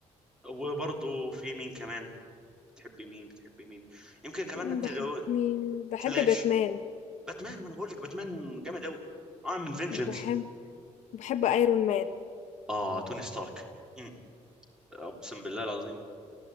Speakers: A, in the centre; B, on the left.
A: وبرضه في مين كمان بتحبي مين بتحبي مين يمكن كمان
B: إمم،
A: انت
B: باحب
A: لو
B: مين، باحب
A: فلاش
B: Batman
A: باتمان ما انا بقول لك باتمان جامد قوي ام فينجنس
B: وباحب باحب Iron Man.
A: اه توني ستارك أمم، اقسم بالله العظيم